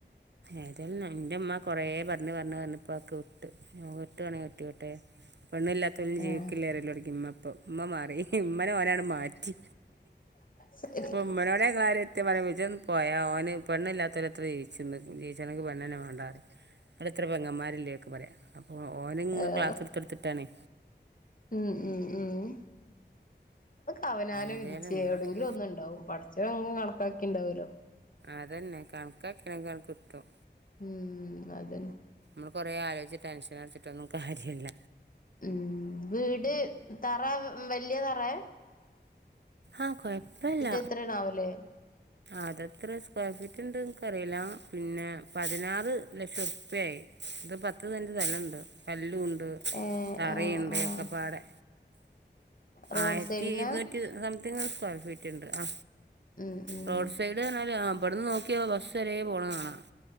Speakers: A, on the right; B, on the left.
A: ഏതാലും എൻ്റെ അമ്മ കുറേ പറഞ്ഞഞ് പറഞ്ഞ് പറഞ്ഞപ്പോൾക്ക ഇട്ട് ഒട്ട്വാണെങ്ക ഒട്ടിക്കോട്ടെ പെണ്ണില്ലാത്തലും ജീവിക്കില്ലേരെലോടിക്കും
B: ആഹ്
A: ഉമ്മ മാറി ഉമ്മനെ ഓനട് മാറ്റി
B: ശരി
A: അപ്പ ഉമ്മനോടെ കാര് എത്തി പറ വിന്ന് പോയാ അവന് പെണ്ണില്ലാത്ത എത്ര ജീച്ച ജനക്ക് പെന്നെ വേണ്ടാെ അവിടെത്ര പെങ്ങന്മാരില്ലേ ഒക്കെ പറയാ അപ്പൊ ഓനങ്ങ്
B: ആഹ്
A: ക്ലാസ് എടുത്ത്ടുത്തിട്ടാണേ
B: ഉം ഉം ഉം അവനാനോ
A: ഏതായാലും
B: വിധിച്ചേ
A: ഇങ്ങനെയൊക്കെ
B: എവിടെങ്കിലും ഒന്നു ഉണ്ടാവും പഠച്ചവൻ അങ്ങ് കണക്കാക്കി ഉണ്ടാവല്ലോ
A: അതന്നെ കണക്കാക്കിണ കണക്ക് കിട്ടും
B: ഉം അതന്നെ
A: നമ്മൾ കുറേ ആലോച്ച് ടൻഷൻ അടച്ചിട്ടൊന്നുംകാര്യല്ല
B: ഉം വീട് തറ വല്യ തറയ
A: ആഹ കൊഴപ്പല്ല
B: എത്രയാണാവല്ലേ
A: അതെത്ര സ്ക്വയർ ഫീറ്റ് ഉണ്ട് അറിയില്ല പിന്നെ പതിനാറ് ലക്ഷം ഉർപ്പ്യ ആയി ഇത് പത്ത് തൻറെ സ്ഥലമുണ്ട് കല്ലും ഉണ്ട്
B: ഏഹ്
A: തറിയുണ്ട്ക്കെ
B: ആഹ് ആഹ്
A: പാടെ
B: റോഡ്
A: ആയിരത്തി
B: സൈഡിനാ
A: ഇരുന്നൂറ്റി സംതിങ് സ്ക്വയർ ഫീറ്റ് ഉണ്ട് ആ
B: ഉം ഉം
A: റോഡ് സൈഡ് താല് പവിടന്ന് നോക്കിയ ബസ്സ് ചിലെ പോണതാണ്